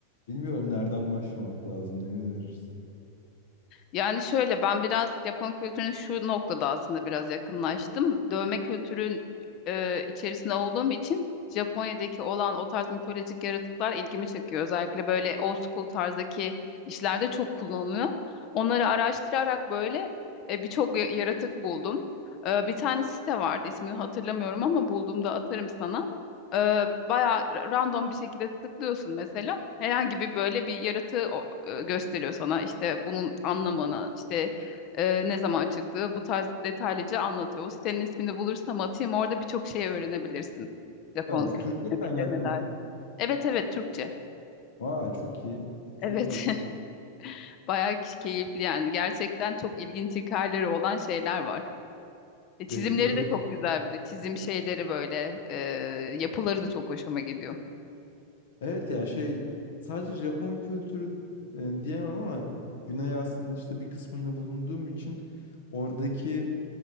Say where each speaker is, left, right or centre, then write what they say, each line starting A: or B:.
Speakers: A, on the left; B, on the left.
A: Bilmiyorum nereden başlamak lazım, ne önerirsin?
B: Yani şöyle ben biraz Japon kültürüne şu noktada aslında biraz yakınlaştım. Dövme kültürün e, içerisinde olduğum için Japonya'daki olan o tarz mitolojik yaratıklar ilgimi çekiyor. Özellikle böyle old school tarzdaki işlerde çok kullanılıyor. Onları araştırarak böyle e, birçok y- yaratık buldum. E, bir tane site vardı ismini hatırlamıyorum ama bulduğumda atarım sana. E, bayağı random bir şekilde tıklıyorsun mesela. Herhangi bir böyle bir yaratığı e, gösteriyor sana. İşte bunun anlamını, işte e, ne zaman çıktığı bu tarz detaylıca anlatıyor. O sitenin ismini bulursam atayım orada birçok şey öğrenebilirsin. Japon
A: Vermiş.
B: kültürüne
A: Türkçe kaynak
B: nedir, ne
A: mı
B: dair.
A: bu?
B: Evet evet Türkçe.
A: Aa çok iyi.
B: Evet
A: Çok iyi.
B: <laughs> bayağı keyifli yani gerçekten çok ilginç hikayeleri olan şeyler var. E, Çizimleri
A: Bekliyorum.
B: de çok güzel bir de çizim şeyleri böyle e, yapıları da çok hoşuma gidiyor.
A: Evet ya şey sadece Japon kültürü e, diyemem ama Güney Asya'nın işte bir kısmında bulunduğum için oradaki